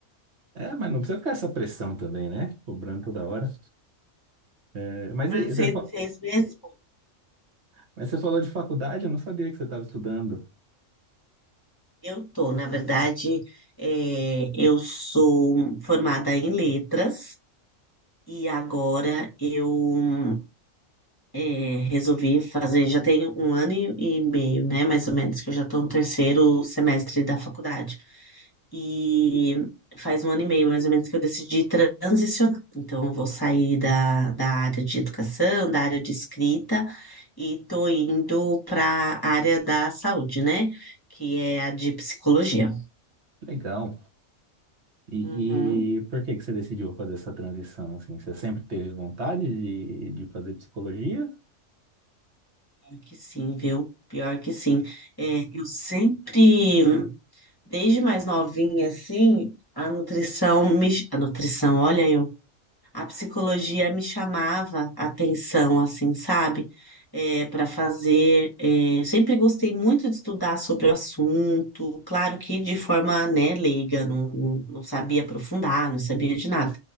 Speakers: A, on the right; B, on the left.
A: É, mas não precisa ficar essa pressão também, né? Cobrando toda hora. É, mas,
B: Durante
A: e- você,
B: seis,
A: fa-
B: seis meses,
A: mas você falou de faculdade, eu não sabia que você estava estudando.
B: eu tô, na verdade, é, eu sou formada em letras, e agora eu é, resolvi fazer, já tem um ano e e meio, né, mais ou menos, que eu já estou no terceiro semestre da faculdade. E faz um ano e meio, mais ou menos, que eu decidi transicionar. Então, eu vou sair da, da área de educação, da área de escrita, e estou indo para a área da saúde, né, que é a de psicologia.
A: Legal. E,
B: Uhum,
A: e por que que você decidiu fazer essa transição, assim? Você sempre teve vontade de, de fazer psicologia?
B: pior que sim, viu? Pior que sim. É, eu sempre. desde mais novinha, assim, a nutrição me... A nutrição, olha eu a psicologia me chamava a atenção, assim, sabe? É, para fazer. é, sempre gostei muito de estudar sobre o assunto, claro que de forma, né, leiga, não, não, não sabia aprofundar, não sabia de nada,